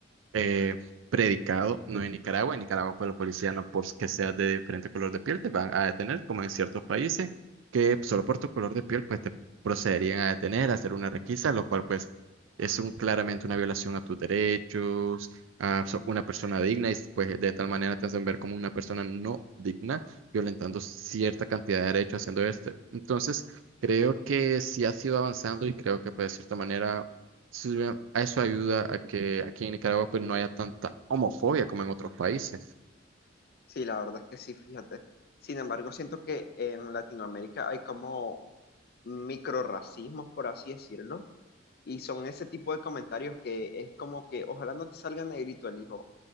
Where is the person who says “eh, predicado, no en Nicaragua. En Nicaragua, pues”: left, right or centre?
Right